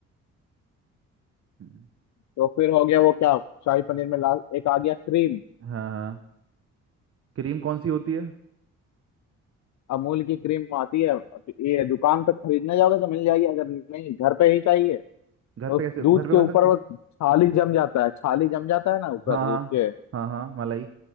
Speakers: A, on the right; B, on the left.
A: हम्म,
B: तो फिर हो गया वो क्या शाही पनीर में ला एक आ गया क्रीम
A: हाँ हाँ क्रीम कौन सी होती है
B: अमूल की क्रीम आती है ये दुकान पे खरीदने जाओगे तो मिल जाएगी अगर नहीं घर पे ही चाहिए तो
A: घर पे कैसे घर
B: दूध
A: पे
B: के
A: बन
B: ऊपर
A: सकती
B: वो
A: है
B: छाली जम जाता है छाली जम जाता है ना ऊपर
A: हाँ
B: दूध के
A: हाँ हाँ हाँ मलाई